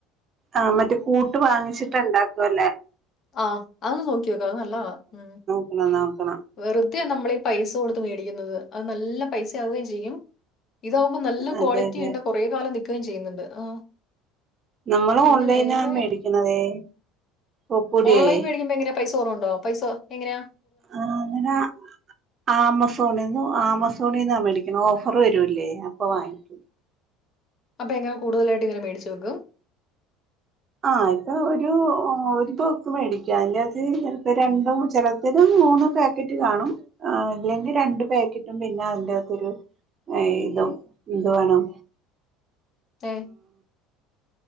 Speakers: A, on the right; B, on the left.
A: ആഹ് മറ്റേ കൂട്ട് വാങ്ങിച്ചിട്ടാ ഇണ്ടാക്കല്ലേ
B: ആഹ് അത് നോക്കി നോക്ക് അത് നല്ലതാ ഉ
A: എന്നാൽ നോക്കണം
B: വെറുതെയ നമ്മളീ പൈസ കൊടുത്ത് മേടിക്കുന്നത് അത് നല്ല പൈസയാവുകയും ചെയ്യും ഇതാവുമ്പോൾ നല്ല
A: അതെ
B: ക്വാളിറ്റി
A: അതെ
B: ഇണ്ട് കൊറെ കാലം നിക്കയും ചെയ്യ്ന്ന്ണ്ട് ആ
A: നമ്മള്
B: പിന്നെ
A: ഓൺലൈനാ
B: വേറെ
A: മേടിക്കുന്നതേ പൊപ്പൊടിയേ
B: ഓൺലൈൻ മേടിക്കുമ്പോൾ എങ്ങനാ പൈസ കൊറവ്ണ്ടോ പൈസോ എങ്ങനാ
A: ആഹ് അങ്ങനാ ആമസോണിൽ നിന്ന ആമസോണിന്നാ മേടിക്കണേ ഓഫർ വരൂല്ലേ അപ്പൊ വാങ്ങിക്കൂ
B: അപ്പ എങ്ങനെ കൂടുതലായിട്ട് ഇങ്ങെനെ മേടിച്ച് വെയ്ക്കും
A: ആ ഇപ്പൊ ഒരു ഒരു ബുക്ക്‌ മേടിക്കാം അതിന്റകത്ത് പ്പോ രണ്ടും ചെല അത് മൂന്ന് പാക്കറ്റ് കാണും അല്ലെങ്കിൽ രണ്ട് പാക്കറ്റും പിന്നെ അതിന്റെ അകത്തരു ഇതും എന്തു വേണം
B: തെ